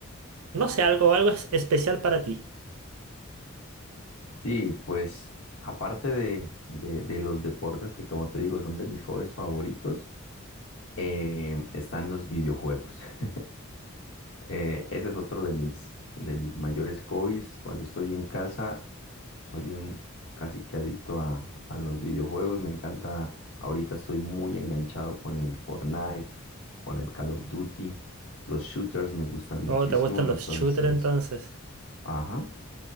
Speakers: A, on the right; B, on the left.
A: no sé, algo, algo es- especial para ti.
B: Sí, pues aparte de, de, de los deportes que como te digo son de mis hobbies favoritos. eh, están los videojuegos. <laughs> Eh, ese es otro de mis, de mis mayores hobbies. Cuando estoy en casa, soy un casi que adicto a, a los videojuegos. Me encanta, ahorita estoy muy enganchado con el Fortnite, con el Call of Duty. Los shooters me gustan muchísimo,
A: Oh, ¿te gustan
B: entonces,
A: los shooters entonces?
B: ajá.